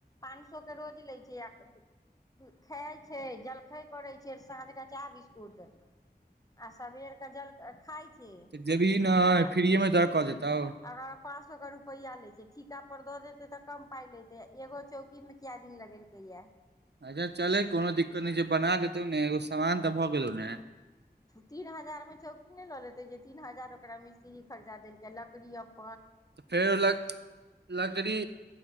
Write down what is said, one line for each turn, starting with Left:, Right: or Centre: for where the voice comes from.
Left: पाँच सए के रोज लै छै आ खाइ छै जलखै करै छै साँझ क चाह बिस्कुट आ सबेरके जल खाइ छै
Right: तऽ जबी
Left: आ
Right: ने फिरियमे जा कहऽ देतौ
Left: अगर पाँच सए के रुपैआ ले छै ठीका पर दऽ देते तऽ कम पाई लेते एगो चौकी में क दिन लगेलकै या
Right: अच्छा चले कोनो दिक्कत न छै बना देते ने एगो सामान तऽ भऽ गेलौ ने
Left: तीन हजार मे चौकी नहि लऽ लेते तीन हजार ओकरा मिस्त्री खर्चा देलकै लकड़ी आ
Right: तऽ फेर लक लकड़ी